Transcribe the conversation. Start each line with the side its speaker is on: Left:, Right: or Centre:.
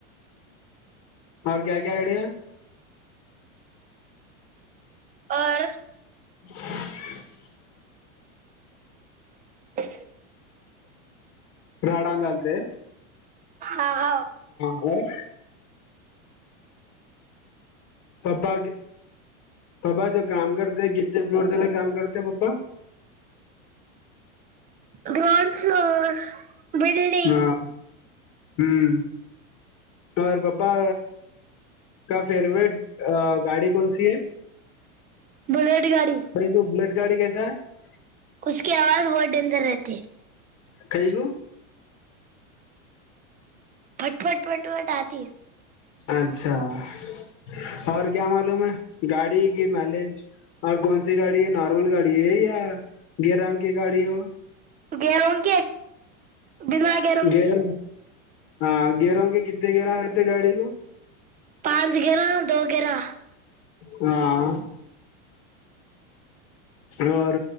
Left: اورگگ ہےڈیا
Right: اور
Left: <unintelligible>
Right: <unintelligible>
Left: پرڈانگتے
Right: ہ ہاں
Left: <unintelligible> پاپا پاپا جو کام کرتے ہیں کنے فلٹ دلا کام کرتے ہیں پاپا
Right: گراؤڈ فلور بلڈینگ
Left: ہاں ہوں اور پپا کا فیورورٹ گاڑی کون سی ہے
Right: بڑ گاڑی
Left: کئی کو بلٹ گاڑی کیسا ہے
Right: اس کی آواز بہت ڈدر رہتی ہے
Left: کئی کو
Right: پھٹ پھٹ پھٹ پھٹ آتی ہے
Left: اچھا <unintelligible> اور کیا معلوم ہے گاڑی کی مائلج اور کون سی گاڑی ہے نارمل گاڑی ہے یا گ رگ کی گاڑی ہے ہو
Right: گرون کی
Left: <unintelligible>
Right: بنا گیروں کی
Left: گیروں کے کتنے گیرا رہتے گاڑی کو
Right: پانچ گرا دو گرا
Left: ہاں اور